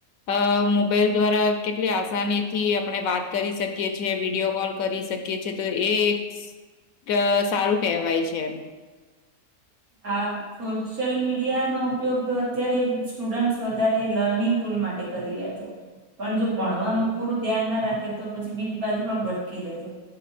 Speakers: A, on the left (about 75°); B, on the right (about 80°).
A: અ મોબાઈલ દ્વારા કેટલી આસાનીથી આપણે વાત કરી શકીએ છીએ વિડીયો કોલ કરી શક કીયે છે તો એ એક સારું કહેવાય છે એમ
B: આ. સોશિયલ મીડિયા નો ઉપયોગ અત્યારે સ્ટુડન્ટસ વધારે લર્નિંગ ટુલ માટે કરી રહ્યા છે.
A: <inaudible>
B: પણ જો ભણવામાં
A: હમ
B: પૂરું ધ્યાન ના રાખે તો પછી બીજી બાજુ પણ ભટકી જાય છે.